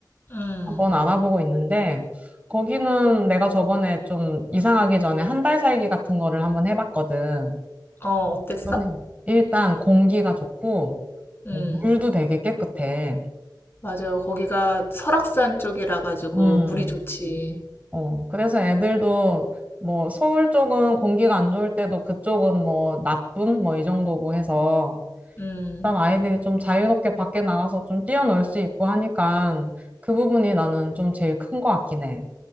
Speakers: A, on the left; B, on the right.
A: 음,
B: 한번 알아보고 있는데, 거기는 내가 저번에 좀 이사가기 전에 한 달 살기 같은 거를 한번 해봤거든.
A: 어, 어땠어?
B: 그 일단 공기가 좋고,
A: 음,
B: 뭐 물도 되게 깨끗해.
A: 맞아요. 거기가 설악산 쪽이라 가지고
B: 음,
A: 물이 좋지.
B: 어, 그래서 애들도 뭐 서울 쪽은 공기가 안 좋을 때도 그쪽은 뭐 나쁨 뭐 이 정도고 해서
A: 음,
B: 일단 아이들이 좀 자유롭게 밖에 나가서 좀 뛰어놀 수 있고 하니까 그 부분이 나는 좀 제일 큰 것 같긴 해.